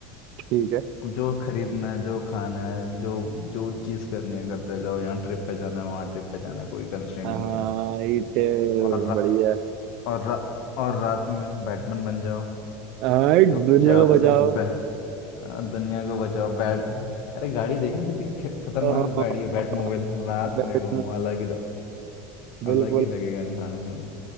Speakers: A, on the right; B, on the left.
A: ठीक है
B: जो खरीदना है जो खाना है जो जो चीज करनी है करते जाओ यहाँ ट्रिप पे जाना है वहाँ ट्रिप पे जाना है कोई कंस्ट्रेंट
A: हाँ
B: नहीं है
A: इट
B: और
A: बढ़िया है।
B: और रा, और रात में बैटमैन बन जाओ
A: हाँ
B: चुपचाप
A: दुनिया को बचाओ
B: से बै, आ, दुनिया को बचाओ बैट अरे गाड़ी देखना कितनी ख- खतरनाक
A: <laughs>
B: गाड़ी है बैटमोबाइल रात
A: बैट
B: में लेके घूमो अलग ही डो-
A: बिल्कुल
B: अलग ही लगेगा इंसान उसमें